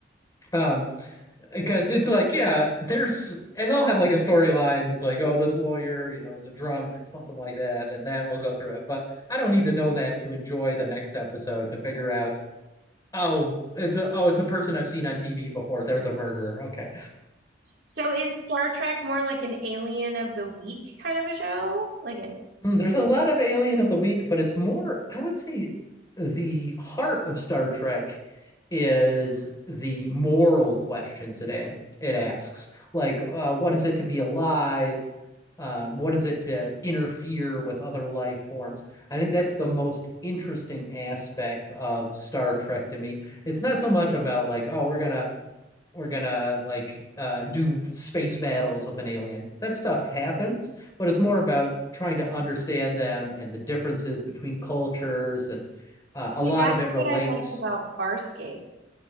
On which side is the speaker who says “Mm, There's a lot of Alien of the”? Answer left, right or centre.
Left